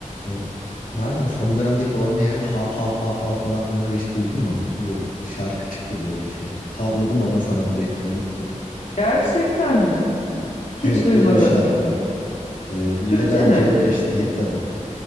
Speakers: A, on the left (about 80°); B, on the left (about 60°).
A: E, Nalan son dönemdeki o ne hav hav hav hav falan onları hiç duydun mu? <laughs> Bu şarkı çıktı böyle bir şey. Havladım ama sana direkt böyle.
B: Gerçekten mi? Hiç
A: Evet
B: duymadım.
A: böyle bir şarkı var. E,
B: Türkçe
A: Level
B: mi?
A: C5 diye tabii.